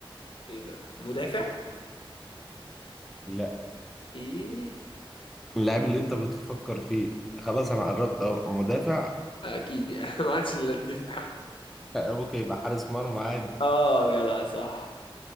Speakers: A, on the left; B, in the centre.
A: ايه ده مدافع
B: لا
A: ايه
B: اللاعب اللي انت بتفكر فيه خلاص انا قربت اهو مدافع
A: اكيد يعني <laughs> ما عادش الا الدفاع
B: آه، ممكن يبقى حارس مرمى عادي
A: اه جدع صح